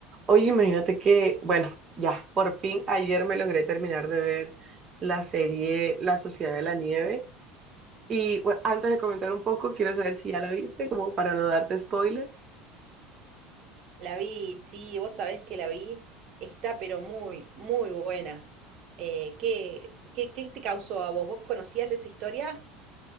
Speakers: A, on the right; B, on the right.
A: Oye, imagínate que, bueno, ya, por fin ayer me logré terminar de ver la serie La Sociedad de la Nieve. Y bueno, antes de comentar un poco, quiero saber si ya la viste, como para no darte spoilers.
B: La vi, sí, vos sabés que la vi, está pero muy, muy buena. Eh, ¿qué, qué, qué te causó a vos? ¿Vos conocías esa historia?